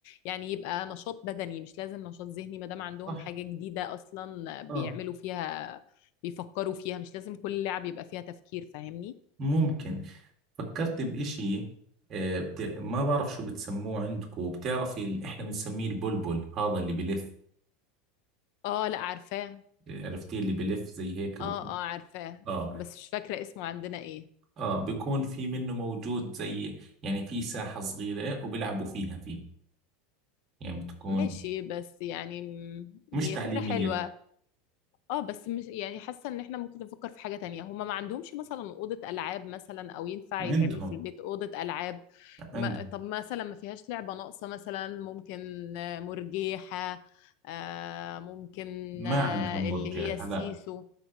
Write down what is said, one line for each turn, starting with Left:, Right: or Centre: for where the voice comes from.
Left: يعني يبقى نشاط بدني مش لازم نشاط ذهني ما دام عندهم
Right: صح
Left: حاجه جديده اصلا بيعملوا
Right: اه
Left: فيها بيفكروا فيها مش لازم كل لعب يبقى فيها تفكير فاهمني
Right: ممكن فكرت بإشي آه، بت... ما بعرف شو بتسموه عندكم بتعرفي ال- احنا بنسميه البلبل هذا اللي بلف
Left: اه لا عارفاه
Right: آه، عرفتيه اللي بلف زي هيك بكون
Left: اه اه عارفاه
Right: اه
Left: بس مش فاكره اسمه عندنا ايه
Right: اه بيكون في منه موجود زي يعني في ساحة صغيرة وبيلعبوا فيها فيه يعني بتكون
Left: ماشي بس يعني م،
Right: مش
Left: هي
Right: تعليمية
Left: فكره حلوه اه بس مش يعني حاسه ان احنا ممكن نفكر في حاجه تانية هما ما عندهمش مثلا اوضه العاب مثلا او ينفع
Right: عندهم
Left: يتعمل في البيت اوضه العاب ما
Right: عندهم
Left: طب مثلا ما فيهاش لعبه ناقصه مثلا ممكن آه، مرجيحه آه ممكن
Right: ما
Left: آه
Right: عندهم مرجئة
Left: اللي هي السيسو
Right: لا